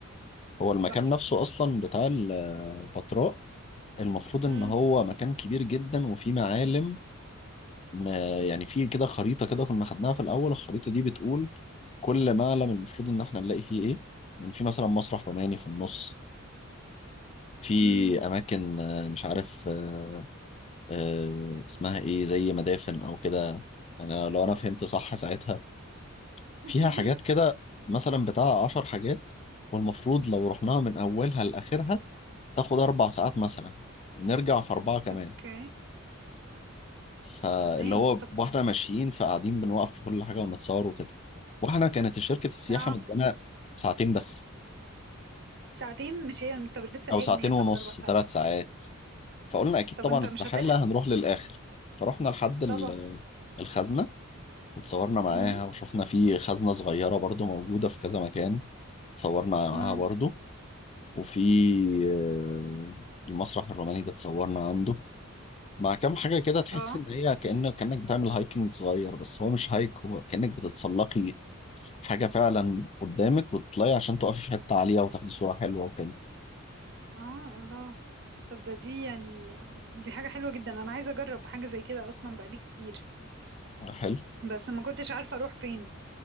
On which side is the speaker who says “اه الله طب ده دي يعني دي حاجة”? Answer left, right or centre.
Right